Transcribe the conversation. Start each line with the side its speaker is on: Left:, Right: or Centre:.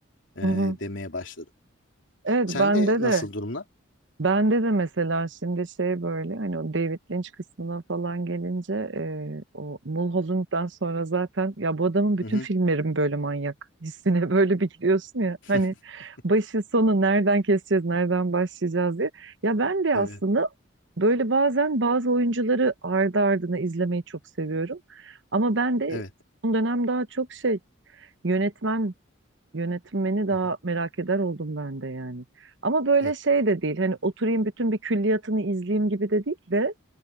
Left: e,
Right: hı hı.
Left: demeye başladım.
Right: Evet
Left: Sen
Right: bende
Left: de nasıl
Right: de.
Left: durumlar?
Right: Bende de mesela şimdi şey böyle hani o David Lynch kısmına falan gelince e, o Mulholland'dan sonra zaten ya bu adamın bütün
Left: Hı hı.
Right: filmlerim böyle manyak hissine <laughs> böyle bir giriyorsun ya
Left: <laughs>
Right: hani başı sonu nereden keseceğiz nereden başlayacağız diye. Ya ben de
Left: Evet.
Right: aslında böyle bazen bazı oyuncuları ardı ardına izlemeyi çok seviyorum ama ben de
Left: Evet.
Right: son dönem daha çok şey yönetmen Yönetmeni daha
Left: Hı hı.
Right: merak eder oldum ben de yani. Ama böyle
Left: Ha,
Right: şey de değil. Hani oturayım bütün bir külliyatını izleyeyim gibi de değil de